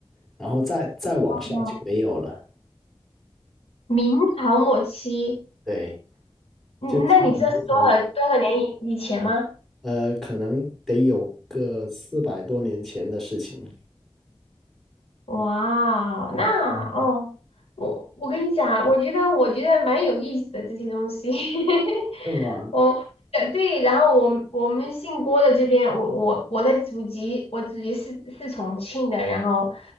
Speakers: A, in the centre; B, on the left.
A: 然后再再往上就没有了。
B: 哦明朝末期，
A: 对，
B: 嗯，
A: 就挺了解
B: 那你知道是多少多少年以以前吗？
A: 呃，可能得有个四百多年前的事情。
B: 哇，那哦，我我跟你讲，我觉得我觉得蛮有意思的这些东西。<laughs>
A: 对吧？
B: 我呃对，然后我我们姓郭的这边，我我我的祖籍，我祖籍是是重庆的，然后